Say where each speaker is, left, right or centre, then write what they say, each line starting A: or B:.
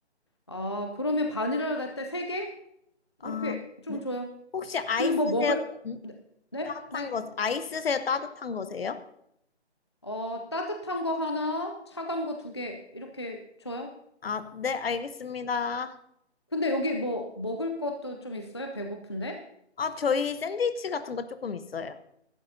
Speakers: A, on the left; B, on the left.
A: 아, 그러면 바닐라 라떼 세개
B: 아,
A: 이렇게 좀
B: 네.
A: 줘요.
B: 혹시 아이스세요?
A: 그리고 뭐 먹을,
B: 음?
A: 네? 네?
B: 따뜻한
A: 네?
B: 거, 아이스세요? 따뜻한 거세요?
A: 어, 따뜻한 거 하나, 차가운 거 두 개, 이렇게 줘요?
B: 아, 네, 알겠습니다.
A: 근데 여기 뭐, 먹을 것도 좀 있어요? 배고픈데?
B: 아, 저희 샌드위치 같은 거 조금 있어요.